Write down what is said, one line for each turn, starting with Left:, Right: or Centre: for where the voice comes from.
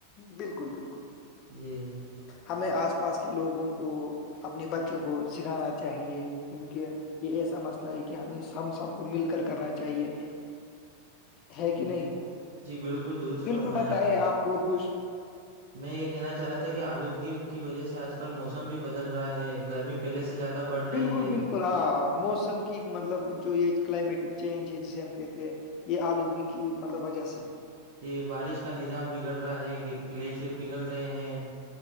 Left: بالکل بالکل
Right: <unintelligible>
Left: ہمیں آس پاس کے لوگوں کو اپنے بچوں کو سکھانا چاہیے کیونکہ یہ ایسا مسئلہ ہے کہ ہمیں ہم سب کو مل کر کرنا چاہیے ہے
Right: جی
Left: کہ نہیں
Right: جی بالکل درست
Left: بالکل
Right: فرمایا
Left: پت ہے
Right: نے
Left: آپ اور کچھ
Right: میں یہ کہنا چاہ رہا تھا کہ آلودگی کی وجہ سے آج کل موسم بھی بدل رہا ہے گرمی پہلے سے زیادہ بڑھ رہی
Left: بالکل
Right: ہے
Left: بالکل ہاں موسم کی مطلب جو یہ کلائمیٹک چینج ہے جسے ہم کہتے یہ آلودگی کی مطلب وجہ سے ہے
Right: یہ بارش کا نظام بگڑ رہا ہے گلیشیئر پنگھل رہے ہیں